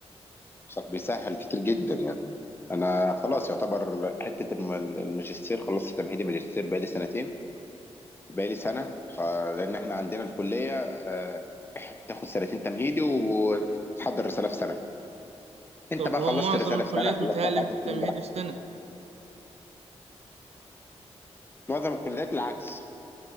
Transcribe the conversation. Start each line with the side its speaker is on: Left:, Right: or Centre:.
Left: صح بيسهل كتير جدا يعني انا خلاص يعتبر حته الم- الماجستير خلصت تمهيدي ماجستير بقالي سنتين بقالي سنه ف- لان احنا عندنا الكليه آه، بتاخد سنتين تمهيدي وتحضر رساله في سنه انت
Right: طب
Left: بقى
Right: هو
Left: خلصت
Right: معظم
Left: الرساله
Right: الكليات
Left: في سنه خلصتها
Right: متهيألي
Left: في 10
Right: في التمهيدي
Left: سنين براحتك
Right: في سنة
Left: معظم الكليات العكس